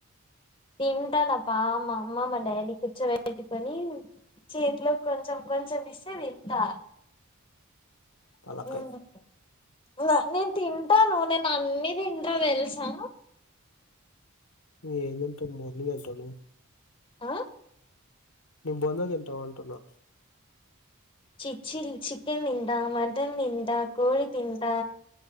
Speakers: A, on the left; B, on the left.
A: తింటాను అప్ప మా అమ్మ మా డాడీ కూర్చోబెట్టుకొని చేతిలో కొంచెం కొంచెం తినిపిస్తే తింటా
B: తలకాయ్
A: ఉమ్ లా నేన్ తిన్ టాను నేను అన్ని తింటాను తెలుసా
B: ఏం తింటావ్ మోర్లి అసలు
A: ఆ
B: ని బొంద తింటావంటున్నా
A: చిచ్చి ల్ చికెన్ తింటా మట్టన్ తింటా కోడి తింటా